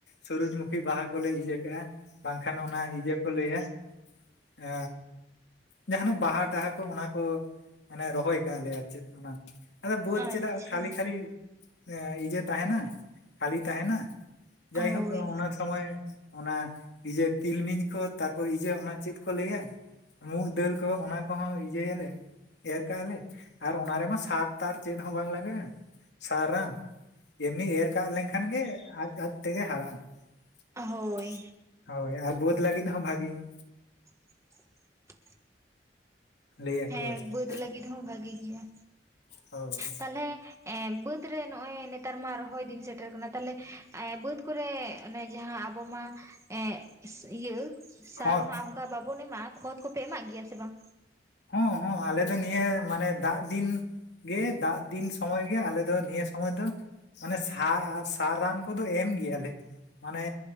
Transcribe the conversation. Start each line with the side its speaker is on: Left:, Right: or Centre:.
Left: ᱥᱩᱨᱩᱡᱽᱢᱩᱠᱷᱤ ᱵᱟᱦᱟ ᱠᱚᱞᱮ ᱤᱭᱟᱹ ᱠᱟᱜᱼᱟ ᱾ ᱵᱟᱝᱠᱷᱟᱱ ᱚᱱᱟ ᱤᱭᱟᱹ ᱠᱚ ᱞᱟᱹᱭᱟ, ᱮᱼᱼ ᱡᱟᱸᱦᱱᱟᱜ ᱵᱟᱦᱟ ᱴᱟᱦᱟ ᱠᱚ ᱚᱱᱟ ᱠᱚ, ᱢᱟᱱᱮ ᱨᱚᱦᱚᱭ ᱠᱟᱜ ᱞᱮ ᱟᱨ ᱪᱮᱫ ᱚᱱᱟ ᱾ ᱟᱫᱚ ᱵᱟᱹᱫᱽ
Right: ᱟᱪᱪᱷᱟ
Left: ᱪᱮᱫᱟᱜ ᱠᱷᱟᱞᱤ ᱠᱷᱟᱹᱞᱤᱼᱼ ᱤᱭᱟᱹ ᱤᱭᱟᱹ ᱛᱟᱸᱦᱮᱱᱟ ᱠᱷᱟᱞᱤ ᱛᱟᱸᱦᱮᱱᱟ ᱡᱟᱭᱦᱳᱠ
Right: ᱦᱳᱭ
Left: ᱚᱱᱟ ᱥᱚᱢᱚᱭᱼᱼ ᱚᱱᱟ ᱤᱭᱟᱹ ᱛᱤᱞᱢᱤᱧ ᱠᱚ ᱛᱟᱨᱯᱚᱨ ᱤᱭᱟᱹ ᱚᱱᱟ ᱪᱮᱫ ᱠᱚ ᱞᱟᱹᱭᱟ ᱢᱩᱠ ᱫᱟᱹᱞᱼᱼ ᱠᱚ ᱚᱱᱟ ᱠᱚᱦᱚᱸ ᱤᱭᱟᱹᱭᱟᱞᱮ ᱾ ᱮᱨ ᱠᱟᱜᱼᱟᱞᱮ ᱟᱨ ᱚᱱᱟ ᱨᱮᱢᱟ ᱥᱟᱨ ᱛᱟᱨ ᱪᱮᱫ ᱦᱚᱸ ᱵᱟᱝ ᱞᱟᱜᱟᱜᱼᱟ, ᱥᱟᱨ ᱨᱟᱱᱼᱼ ᱮᱢᱱᱤ ᱮᱨ ᱠᱟᱜ ᱞᱮᱱᱠᱷᱟᱱ ᱜᱮ ᱟᱡ ᱟᱡ ᱛᱮᱜᱮ ᱦᱟᱨᱟᱜᱼᱟ ᱾
Right: ᱦᱳᱭ
Left: ᱦᱳᱭ ᱼᱼ ᱟᱨ ᱵᱟᱹᱫᱽ ᱞᱟᱜᱤᱫ ᱦᱚᱸ ᱵᱷᱟᱜᱤ ᱾
Right: <unintelligible>
Left: ᱞᱟᱹᱭᱟᱠᱚ
Right: ᱦᱮᱸ
Left: ᱟᱨ ᱪᱮᱫ
Right: ᱵᱟᱹᱫᱽ ᱞᱟᱹᱜᱤᱫ ᱦᱚᱸ ᱵᱷᱟᱜᱤ ᱜᱮᱭᱟ,
Left: ᱦᱳᱭ
Right: ᱛᱟᱞᱦᱮᱼᱼ ᱮᱸ ᱵᱟᱹᱫᱽ ᱨᱮ ᱱᱚᱜ ᱚᱚᱭ ᱱᱮᱛᱟᱨ ᱢᱟ ᱨᱚᱦᱚᱭ ᱫᱤᱱ ᱥᱮᱴᱮᱨ ᱟᱠᱟᱱᱟ, ᱛᱟᱦᱞᱮ ᱮ ᱵᱟᱹᱫᱽ ᱠᱚᱨᱮ ᱡᱟᱦᱟᱸᱼᱼ ᱟᱵᱚ ᱢᱟ ᱮ ᱤᱭᱟᱹᱼᱼ ᱥᱟᱨ
Left: ᱠᱷᱚᱛ
Right: ᱢᱟ ᱚᱱᱠᱟ ᱵᱟᱵᱚᱱ ᱮᱢᱟᱜᱼᱟ, ᱠᱷᱚᱛ ᱠᱚᱯᱮ ᱮᱢᱟᱜ ᱜᱮᱭᱟ ᱥᱮ ᱵᱟᱝ?
Left: ᱦᱚᱸ ᱦᱚᱸ ᱟᱞᱮ ᱫᱚ ᱱᱤᱭᱟᱹ ᱢᱟᱱᱮ ᱫᱟᱜ ᱫᱤᱱ ᱜᱮ ᱫᱟᱜ ᱫᱤᱱ ᱥᱚᱢᱚᱭ ᱜᱮ ᱟᱞᱮ ᱫᱚ ᱱᱤᱭᱟᱹ ᱥᱚᱢᱚᱭᱼᱼ ᱢᱟᱱᱮ ᱥᱟ ᱥᱟᱨ ᱨᱟᱱ ᱠᱚᱫᱚ ᱮᱢ ᱜᱮᱭᱟᱞᱮ ᱢᱟᱱᱮ‌ᱼᱼ